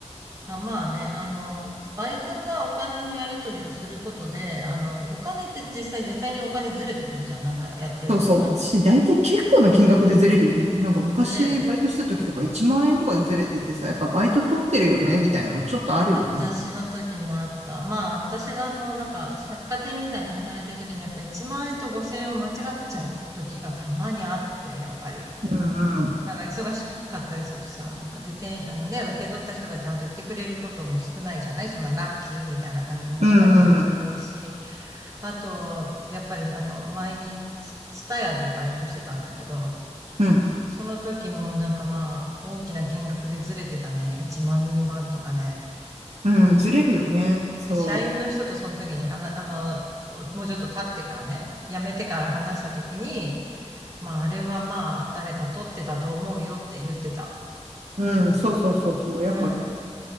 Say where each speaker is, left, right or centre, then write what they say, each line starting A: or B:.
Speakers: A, on the right; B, on the right.
A: あ、まあね、あの、バイトがお金のやり取りをすることで、あの、お金って実際絶対にお金ずれてくるじゃん。なんかやってると。
B: そうそう。
A: なんか
B: し、大体結構な金額でずれるよね。なんか昔バイトした時とか1万円とかでずれててさ、
A: ずれる。
B: やっぱバイト取ってるよねみたいなのもちょっとあるよね。
A: 私の時もあった。まあ、私があの、なんか、百貨店みたいな働いてる時に、やっぱ1万円と5000円を間違っちゃう時がたまにあって、やっぱり。
B: うんうん。
A: なんか忙しかったりするとさ、なんかで、てん、あのね、受け取った人がちゃんと言ってくれることも少ないじゃないそんなラッキーみたいな感じで持って帰っちゃう人多いし、
B: うんうん。
A: あと、やっぱりあの、前にツ、ツタヤでバイトしてたんだけど、
B: うん。
A: その時もなんかまあ、大きな金額でずれてたね。1万、2万とかね。
B: うん。ずれるよね。そ
A: で、社員の人とその時に話、あの、もうちょっと経ってからね、辞めてから話した時に、まあ、あれはまあ、誰か取ってたと思うよって言ってた。
B: う。うん。そうそうそうそう。やっぱ
A: うん。